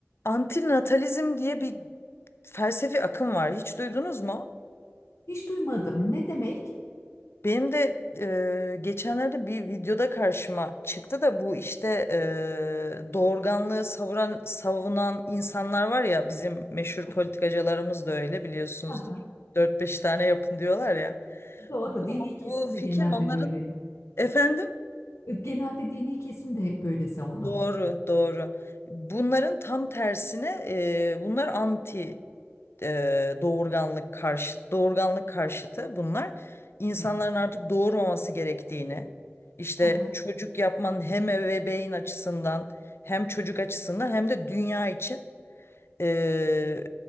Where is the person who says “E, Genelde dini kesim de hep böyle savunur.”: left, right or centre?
Left